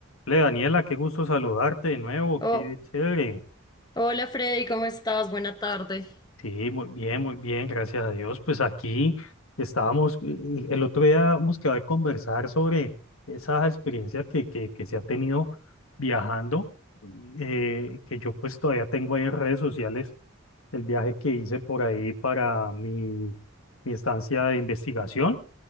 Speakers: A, on the left; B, on the left.
A: Hola, Daniela, qué gusto saludarte de nuevo,
B: Oh,
A: qué chévere.
B: hola Freddy, ¿cómo estás? Buena tarde.
A: Sí, muy bien, muy bien, gracias a Dios. Pues aquí estábamos, eh, el otro día hemos quedado de conversar sobre esa experiencia que, que, que se ha tenido viajando, eh, que yo pues todavía tengo ahí en redes sociales el viaje que hice por ahí para mi, mi estancia de investigación.